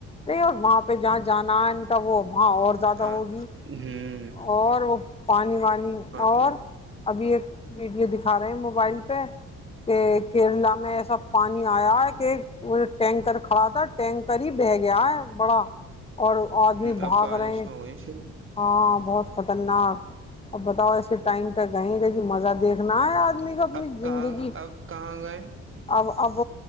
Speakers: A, on the left; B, on the right.
A: نہیں اور وہاں پہ جہاں جانا ہے ان کا وہ وہاں اور زیادہ
B: ہاں
A: ہوگی
B: ھمم
A: اور وہ پانی وانی اور
B: پہ ہوں
A: ابھی ایک ویڈیو دکھا رہے ہیں موبائل پہ کہ کیرلا میں ایسا پانی آیا ہے کہ وہ ٹینکر کھڑا تھا ٹینکر ہی بہ گیا ہے بڑا اور آدمی بھاگ
B: اب بارش
A: رہے ہیں
B: ہو گئی شروع
A: ہاں بہت خطرناک اب بتاؤ ایسے ٹائم پہ گئےیں گے جی مزہ دیکھنا ہے ار آنی کا اپنی
B: اب
A: زندگی
B: کہاں اب کہاں گئے
A: اب اب